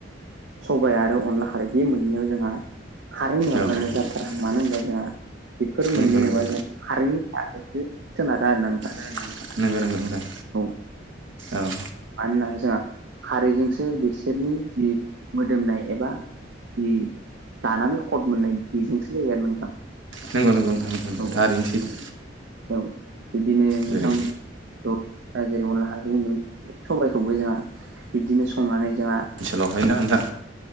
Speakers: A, on the right; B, on the right.
A: सबाय आरो अनला खारै बे मोन्नैयाव जोंहा खारै नङाब्लानो
B: औ नंगौ
A: जाथारा।
B: नंगौ
A: मानो
B: नंगौ नोंथां औ
A: होमबा जोंहा बेफोर मोन्नै
B: नंगौ नंगौ
A: मेगंआ
B: नोंथां
A: जों खारैनि सायावसो सोनारा आरोना नोंथां।
B: <inaudible> नोंगौ नोंगौ नोंथां
A: औ
B: औ।
A: मानोना जोंहा खारैजोंसो बिसोरनि जि मोदोमनाय एबा जि दानानै खद मोननाय बेजोंसो जायो आरो नोंथां
B: नोंगौ नोंगौ नोंथां <inaudible>
A: औ
B: थारैनो सैथो।
A: औ बिदिनो नोंथां
B: जेरै
A: जेरै अनला खारै <unintelligible> सबायखौबो जोंहा बिबदिनो संनानै जोंहा
B: ओनसोलावहायना नोथां